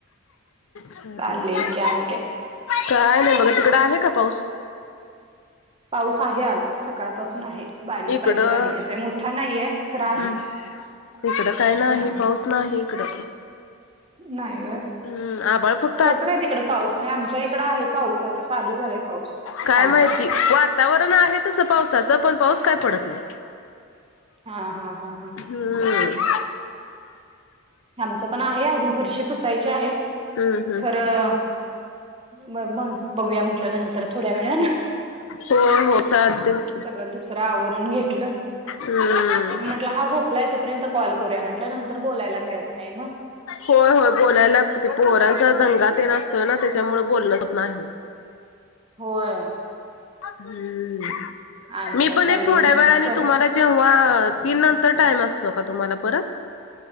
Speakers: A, on the left; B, on the right.
A: चालेल
B: चाललंय
A: चालेल
B: की आणि काय?
A: काय नाय बघा तिकडं आहे का पाऊस?
B: पाऊस आहे आज सकाळपासून आहे. बारीक
A: इकडं
B: बारीक बारीकच आहे मोठा नाहीय खरा आहे
A: हम्म. इकडं काय नाही
B: हा ह
A: पाऊस नाही इकडं
B: नाही वोय
A: हम् आभाळ खुप
B: कसं काय तिकड पाऊस नाही आमच्या इकडं आहे पाऊस आता चालू झालाय पाऊस
A: काय
B: कालपासून
A: माहिती वातावरण आहे तसं पावसाचं पण पाऊस काय पडत नाही.
B: हा हा हा हा
A: हम्
B: आमचं पण आहे अजून फरशी पुसायची आहे
A: हम्म हम्म.
B: खरं मग मग बघूया म्हटल्या नंतर थोड्या वेळानं
A: हो हो चालतं.
B: सगळं दुसरं आवरून घेतलं
A: हम्म.
B: म्हटलं हा झोपलाय तोपर्यंत कॉल करून म्हटल नंतर बोलायला मिळत नाही मग
A: होय होय बोलायला ते पोरांचा दंगा ते न असतोय ना त्याच्यामुळे बोलणं होत नाही.
B: होय.
A: हम्
B: आणि
A: मी
B: काय
A: पण
B: चाललंय
A: एक थोड्या
B: मग
A: वेळाने
B: स्वय
A: तुम्हाला जेव्हा तीन नंतर टाईम असतो का तुम्हाला परत?